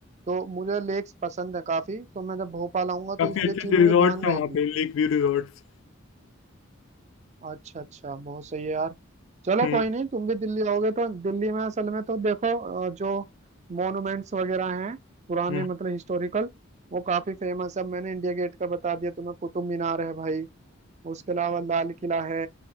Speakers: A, on the right; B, on the left.
A: तो मुझे लेक्स पसंद है काफी तो मैं जब भोपाल आऊंगा
B: काफी
A: तो
B: अच्छे
A: ये चीज
B: अच्छे
A: मुझे
B: रिजॉर्ट
A: ध्यान
B: हैं
A: रहेगी
B: वहाँ पे लेक व्यू रिजॉर्ट
A: अच्छा अच्छा बहुत सही है यार चलो
B: हम्म
A: कोई नहीं तुम भी दिल्ली आओगे तो दिल्ली में असल में तो देखो अ, जो मॉन्यूमेंट्स वगैरह हैं पुराने
B: हम्म
A: मतलब हिस्टोरिकल वो काफी फेमस है मैंने इंडिया गेट का बता दिया तुम्हें कुतुब मीनार है भाई उसके अलावा लाल किला है